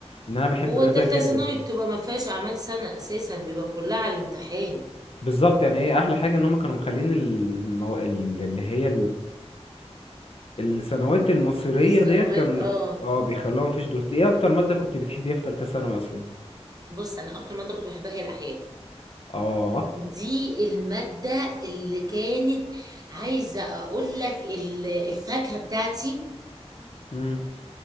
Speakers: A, on the left; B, on the right.
A: إن أنا بحب
B: هو
A: الرياضة
B: تالتة
A: جدا
B: ثانوي بتبقى ما فيهاش اعمال سنة اساسا بيبقى كلها على الامتحان
A: بالظبط يعني هي أحلى حاجة إن هما كانوا مخلين المو... ال- اللي هي الثانويات المصيرية
B: السنوات
A: ديت كان
B: اه
A: اه بيخلوها مفيش دروس ايه اكتر مادة كنت بتحبيها في تالتة ثانوي اصلا
B: بص انا اكتر مادة كنت بحبها هي الاحياء
A: اه
B: دي المادة اللي كانت عايزة اقول لك ال- الفاكهة بتاعتي
A: امم